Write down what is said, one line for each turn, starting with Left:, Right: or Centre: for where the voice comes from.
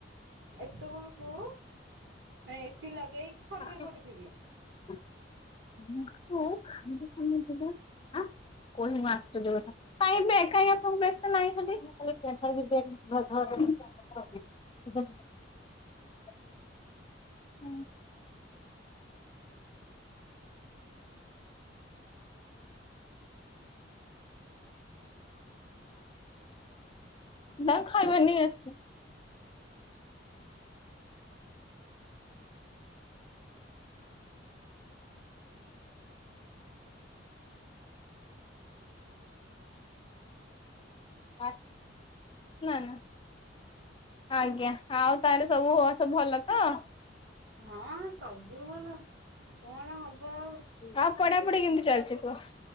Right: ଏତେବେଳ କୁ ଏସି ଲଗେଇକି ଖଟରେ
Left: ଆଁ
Right: ପଡିଯିବି।
Left: <unintelligible> ହୁଁ। ନା ଖାଇବ ନେଇି ଆସି ନା ନା ଆଜ୍ଞା ଆଉ ତାହଲେ ସବୁ ହଆ ସବୁ ଭଲ ତ।
Right: ହଁ ସବୁ ବୁ ଭଲ। କଣ ହବ ଆଉ
Left: ଆ ପଢା ପଢି କେମତି ଚାଲଛି କୁହ।